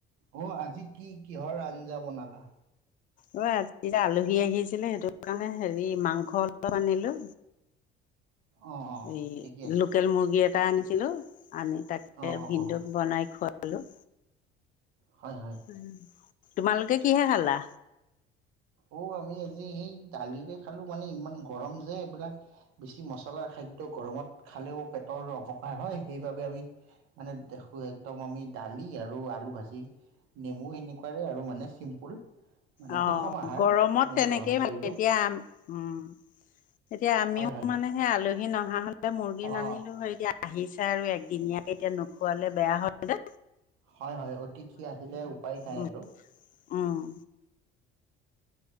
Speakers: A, on the right; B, on the left.
A: অ আজি কি কিহৰ আঞ্জা বনালা
B: অ আজি আলহী আহিছিলে সেইটো কাৰণে হেৰি মাংস অলপ আনিলো
A: অঁ অঁ
B: এই
A: ঠিকে আছে
B: লোকেল মুৰ্গী এটা এটা আনিছিলোঁ আনি তাকে
A: অঁ অঁ
B: ভিনদেউক
A: অঁ
B: বনাই খোৱালো হেল্ল'
A: হয় হয়
B: উম তোমালোকে কিহে খালা
A: অ আমি আজি সেই দালিৰে খালোঁ মানে ইমান গৰম যে এইবিলাক বেছি মছলা খাদ্য গৰমত খালেও পেটৰ অপকাৰ হয় সেইবাবে আমি মানে দেখো একদম আমি দালি আৰু আলু ভাজি নেমু সেনেকোৱাৰে আৰু মানে চিম্পুল মানে
B: অ
A: সুষম আহাৰ
B: গৰমত
A: আমি
B: তেনেকেই
A: গ্ৰহণ কৰিলোঁ
B: ভাল এতিয়া আম উম এতিয়া আমিও
A: হয় হয়
B: মানে সে আলহী নহা হলে মুৰ্গী
A: অ
B: নানিলো হয় এতিয়া আহিছে আৰু একদিনীয়াকে এতিয়া নোখোৱালে বেয়া হয় যে
A: হয় হয় অতিথি আহিলে উপায় নাই
B: উম,
A: আৰু
B: উম